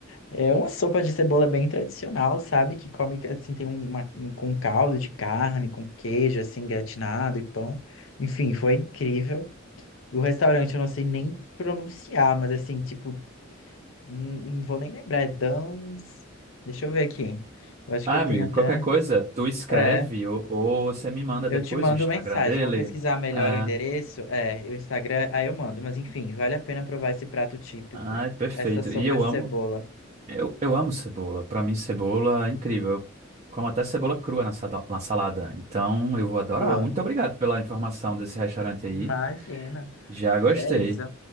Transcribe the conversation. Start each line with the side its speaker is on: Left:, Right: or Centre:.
Left: É uma sopa de cebola bem tradicional, sabe? Que come, assim, tem um, uma, um, com caldo de carne, com queijo, assim, gratinado e pão. Enfim, foi incrível. O restaurante eu não sei nem pronunciar, mas assim, tipo, n- não vou nem lembrar. É Dans. Deixa eu ver aqui. Eu acho
Right: Ah,
Left: que eu
Right: amigo,
Left: tenho até.
Right: qualquer coisa, tu escreve
Left: É,
Right: ou, ou você me manda
Left: eu
Right: depois
Left: te mando
Right: o Instagram
Left: mensagem.
Right: dele.
Left: Vou pesquisar melhor
Right: Ah,
Left: o endereço. É, o Instagram, aí eu mando. Mas enfim, vale a pena provar esse prato típico,
Right: ai, perfeito.
Left: essa sopa
Right: E eu
Left: de
Right: amo,
Left: cebola.
Right: eu, eu amo cebola. Pra mim, cebola é incrível. Eu como até cebola crua na, sada- na salada. Então, eu vou adorar.
Left: Boa.
Right: Muito obrigado pela informação desse restaurante aí.
Left: Imagina.
Right: Já gostei.
Left: Que é isso.